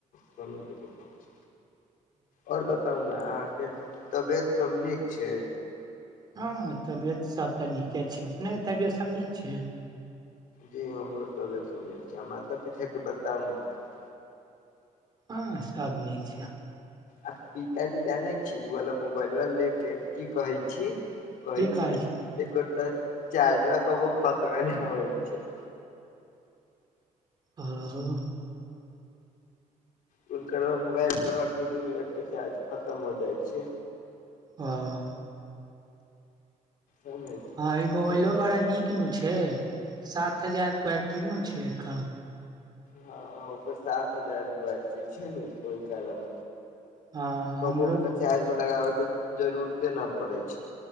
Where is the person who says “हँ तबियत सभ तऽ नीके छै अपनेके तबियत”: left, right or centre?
Right